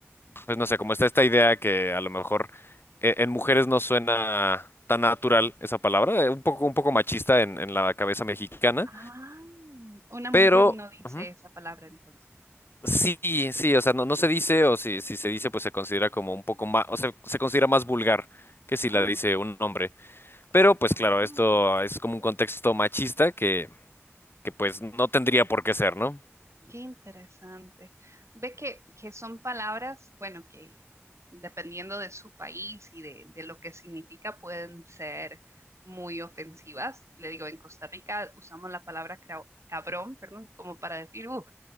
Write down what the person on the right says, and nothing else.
Ah, una mujer
no dice
esa palabra entonces.
Oh,
oh.
Qué interesante. Ve que, que son palabras, bueno, que dependiendo de su país y de, de lo que significa, pueden ser muy ofensivas. Le digo, en Costa Rica usamos la palabra crao- cabrón, perdón, como para decir, "Uh,